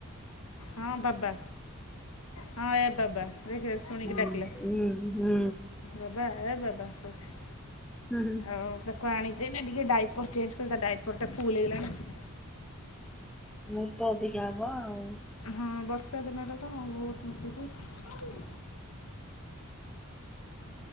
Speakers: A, on the left; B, in the centre.
A: ହଁ ବାବା। ହଁ ଏ ବାବା ଦେଖେ ଶୁଣିକି
B: ହୁଁ
A: ଡାକିଲା।
B: ହୁଁ ହୁଁ
A: ବାବା ଏ ବାବା କୋଉଚି।
B: ହୁଁ ହୁଁ
A: ଆଉ ତାକୁ ଆଣିଚି ନା ଟିକେ ଡାଇପର ଚେଞ୍ଜ କରେ ତା ଡାଇପର ଟା ଫୁଲ ହେଇଗଲାଣି।
B: ମୁଁ ତ ଅଧିକା ହବ ଆଉ।
A: ହଁ ବର୍ଷା ଦିନଟା ତ ବୋହୁତ ମୁତୁଚି।